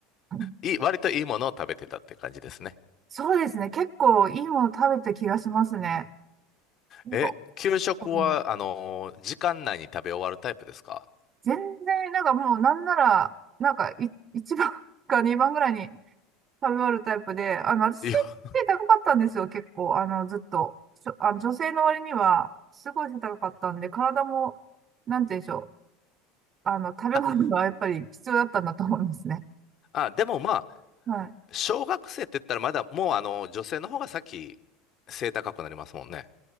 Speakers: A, on the right (about 40°); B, on the left (about 45°).
A: <laughs>
B: いい、割といいものを食べてたって感じですね。
A: そうですね。結構いいもの食べた気がしますね。なんか、
B: え、給食は、
A: うん
B: あのー時間内に食べ終わるタイプですか
A: 全然、なんかもうなんなら、なんかい1番 <laughs> か2番ぐらいに食べ終わるタイプで、あの、私背
B: いや、
A: 高かったんですよ、結構。あの、ずっと。しょあの女性の割には、すごい背高かったんで、体も、なんて言うんでしょう。あの、食べ物がやっぱり必要だったんだと思いますね。
B: あ、あ、でもまあ、
A: はい。
B: 小学生って言ったらまだ、もうあの、女性の方が先、背高くなりますもんね。